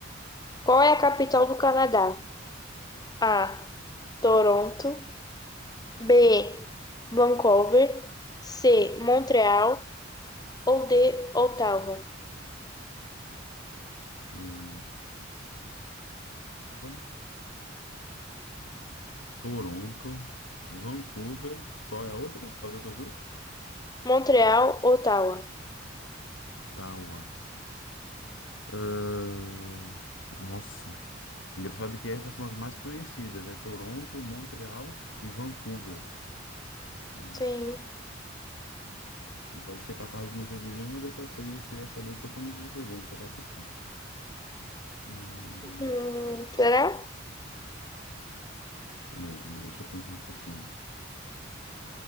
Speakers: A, on the left; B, on the left.
A: Qual é a capital do Canadá? A. Toronto. B. Vancouver. C. Montreal. ou de Ottawa.
B: Hum, Van- Toronto, Vancouver. Qual é a outra? As outras duas?
A: Montreal, Ottawa.
B: Ottawa. Ahn, Nossa. Engraçado que essas são as mais conhecidas. É Toronto, Montreal e Vancouver. É,
A: Sim.
B: E pode ser capaz de não ser de nenhuma dessas três e ser essa daí totalmente diferente, a capital. Hum,
A: Hum, será?
B: calma aí, calma aí, deixa eu pensar um pouquinho.